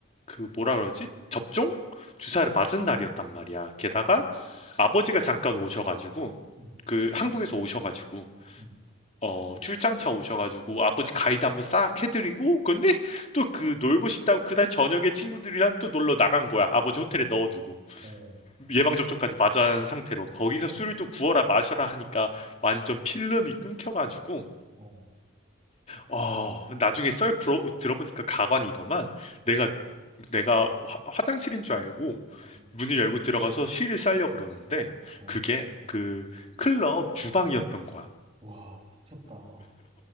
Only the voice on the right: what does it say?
어,
음,
음,
어,
어,
어,
어,
와, 미쳤다.